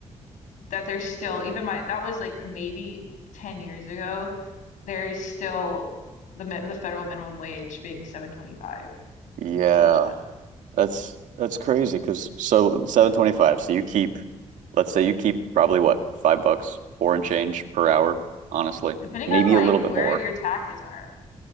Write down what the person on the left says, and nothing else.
that there's still even my that was like maybe 10 years ago, there's still the mi- the federal minimum wage being 7.25,
which is much less.
It's
So crazy.
Depending
on like
where
your taxes are,